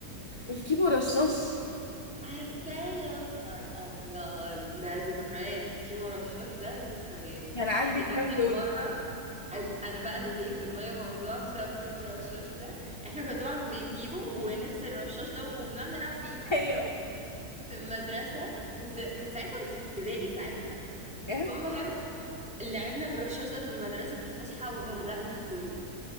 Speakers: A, on the left; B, in the centre.
A: الكيمو رشاش
B: عارفاه يا نهار ابيض ده ذكريات كيمو رشاش ده ذكريات
A: كان عندك
B: انت عارفه
A: كام لون
B: أنا مره انا بقى انا جاي في دماغي موضوع بسبب كيمو رشاش ده احنا كنا طبعا بنجيبه ونغسل
A: <laughs>
B: الرشاش ده وبنقعد نلعب بيه
A: ايوه
B: في المدرسه كنت كانت ساعتها كنت في ابتدائي ساعتها
A: بجد؟
B: المهم لعبنا بالرشاش ده في المدرسه في الفسحه وغرقنا هدومنا